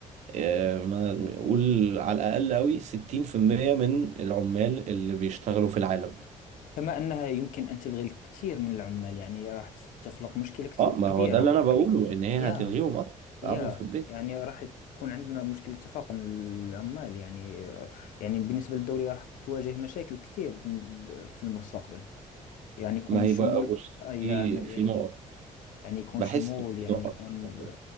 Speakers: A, on the right; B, on the left.
A: آه، ما نقول على الاقل قوي 60% من العمال اللي بيشتغلوا في العالم
B: كما أنها يمكن أن تلغي الكثير من العمال يعني راح تخلق مشكلة كثير
A: اه
B: كبيرة
A: ما هو ده اللي انا بقوله ان هي
B: يا
A: هتلغيهم اصلا
B: يا
A: قعدوا في البيت
B: يعني راح تكون عندنا مشكلة تفاقم العمال يعني يعني بالنسبة للدولة راح تواجه مشاكل كثير ب- في المستقبل يعني يكون
A: ما هي
B: شمول
A: بقى بص
B: يعني
A: في في نقط
B: يعني يكون
A: بحس
B: شمول
A: إن في
B: يعني
A: نقط
B: يكون
A: في الموضوع. ده.